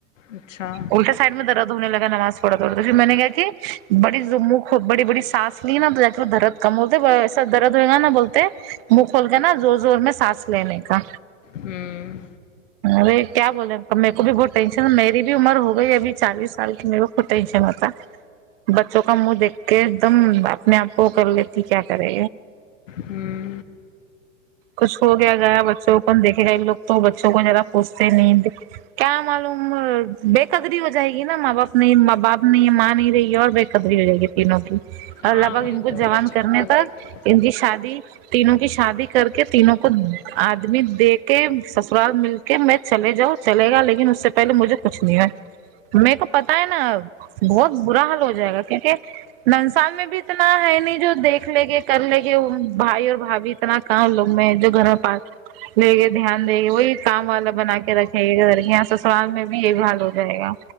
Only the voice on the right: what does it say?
الٹا سائڈ میں درد ہونے لگا نماز پڑتے پڑتے پھر میں نے کیا کی بڑی جو منہ کھو بڑی بڑی سانس لی نا تو جا کے وہ درد کم بولتے ایسا درد ہوئے گا نا بولتے منہ کھول کے نا زور زور میں سانس لینے کا
ارے کیا بولے میرے کو بھی بہت ٹینشن مری بھی عمر ہو گئی ابھی چالیس سال کی میرے کو ٹینشن ہوتا بچوں کا منہ دیکھ کے ایک دم اپنے آپ کو کر لیتی کیا کرے
کچھ ہو گیا گیا بچوں کو کون دیکھے گا نہیں یے لوگ تو بچوں کو زیادہ پوچھتے نہیں کیا معلوم بے قدری ہو جائے گی نا ماں باپ نہیں باپ نہیں ماں نہیں رہی ہے اور بے ختری رہے جائے گی تینوں کی
اور لگ بھگ
ان کو
جوان
کرنے
تک
ان کی شادی تینوں کی شادی کر کے تینوں کو آدمی دے کے سسرال مل کے میں چلے جاؤ چلے گا لیکن اس سے پہلے مجھے کچھ نہیں ہوے مکو پتا ہے نا بہت برا حال ہو جائے گا کیونکہ ننسا میں بھی اتنا ہے نہیں جو دیکھ لیں گے کر لیں گے بھائی اور بھابھی اتنا کام لوگ میں جو گھروں پاس لے کے دھیان دگے وہی کام والا بنا کے رکھیں گے گھر یہاں سسرال میں بھی یہی حال ہو جائے گا